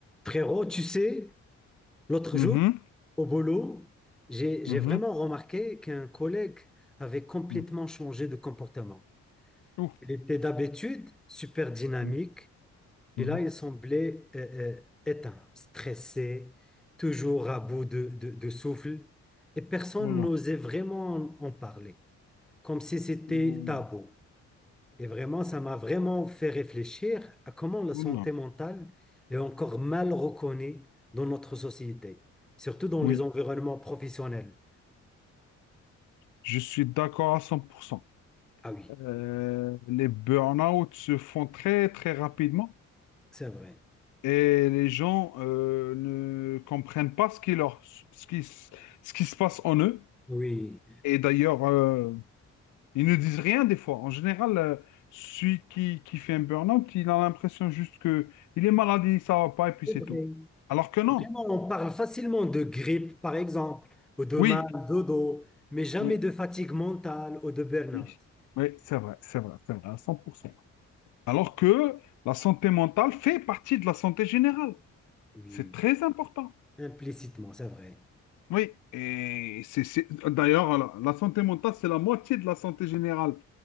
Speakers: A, in the centre; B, on the left.
A: Frérot, tu sais, l'autre
B: Mhm,
A: jour, au boulot, j'ai, j'ai
B: mhm,
A: vraiment remarqué qu'un collègue avait complètement
B: mhm.
A: changé de comportement.
B: Ouh,
A: Il était d'habitude super dynamique
B: mhm, mhm.
A: et là, il semblait euh, euh, éteint, stressé, toujours à bout de, de- de souffle et personne
B: Oh là.
A: n'osait vraiment en parler, comme si c'était
B: Ouh,
A: tabou. Et vraiment, ça m'a vraiment fait réfléchir à comment la santé
B: oh là.
A: mentale est encore mal reconnue dans notre société, surtout dans
B: Oui,
A: les environnements professionnels.
B: je suis d'accord à 100%.
A: Ah oui,
B: Euh, les burn-out se font très, très rapidement
A: c'est vrai.
B: et les gens euh, ne comprennent pas ce qui leur, ce qui, s- ce qui se passe en eux.
A: Oui,
B: Et d'ailleurs, euh, ils ne disent rien des fois. En général, euh, celui qui, qui fait un burn-out, il a l'impression juste que il est malade, ça va pas et puis
A: c'est
B: c'est
A: vrai.
B: tout. Alors que non.
A: Vraiment, on parle facilement de grippe, par exemple, ou de
B: Oui,
A: mal de dos, mais jamais
B: oui.
A: de fatigue mentale ou de burn-out.
B: Oui, Oui, c'est vrai, c'est vrai, c'est vrai, à 100%. Alors que la santé mentale fait partie de la santé générale.
A: Oui,
B: C'est très important.
A: implicitement, c'est vrai.
B: Oui, et c'est, c'est- d'ailleurs, la, la santé mentale, c'est la moitié de la santé générale,